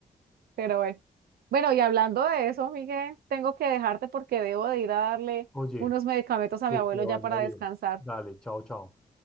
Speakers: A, on the right; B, in the centre.
A: pero bueno. Bueno, y hablando de eso, Miguel, tengo que dejarte porque debo de ir a darle
B: Oye,
A: unos medicamentos a
B: que
A: mi abuelo
B: te vaya
A: ya para
B: bien.
A: descansar.
B: Dale, chao, chao.